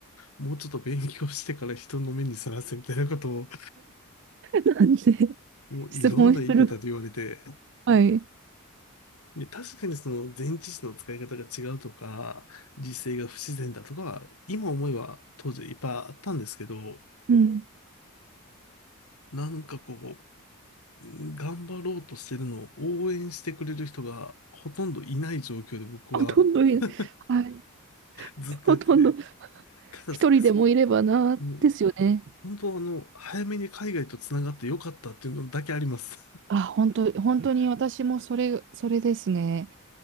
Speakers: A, on the left; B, on the right.
A: もうちょっと勉強してから人の目にさらせみたいなことを、
B: なんで、
A: もういろんな言い方で言われて、
B: 質問する。はい。
A: で、確かにその前置詞の使い方が違うとか、実勢が不自然だとか、今思えば当時いっぱいあったんですけど、
B: うん。
A: なんかこう、頑張ろうとしてるのを応援してくれる人がほとんどいない状況で僕は
B: ほとんどい、
A: <laughs>
B: はい。
A: ずっとやってて、
B: ほとんど、
A: ただ、
B: 一人でもいればな、
A: ささもう
B: ですよね。
A: 本当あの、早めに海外とつながってよかったっていうのだけあります。<laughs>
B: あ、本当、本当に私もそれ、それですね。